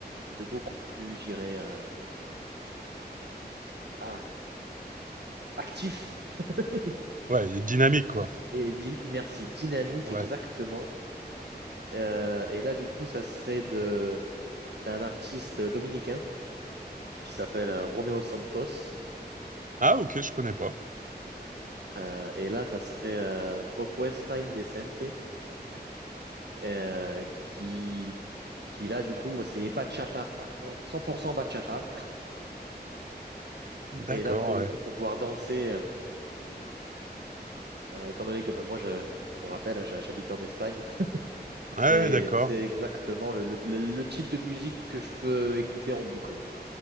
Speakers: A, on the right; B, on the right.
A: de beaucoup plus, j'irais, euh, ah, actif <laughs>
B: Ouais, et dynamique, quoi.
A: et dy- merci, dynamique,
B: Ouais.
A: exactement. Euh, et là, du coup, ça serait de d'un artiste dominicain qui s'appelle euh, Romeo Santos.
B: Ah, ok, je connais pas.
A: Euh, et là, ça serait euh, Propuesta Indecente. euh, qui, qui là, du coup, c'est bachata, à fond, 100% bachata.
B: D'accord,
A: Et là, pour
B: ouais.
A: le coup, pour pouvoir danser, euh, étant donné que bah, moi, je, pour rappel, hein, j'ha- j'habite en Espagne,
B: Ouais,
A: c'est,
B: ouais, d'accord.
A: c'est exactement le, le- le- le type de musique que je peux écouter en boucle.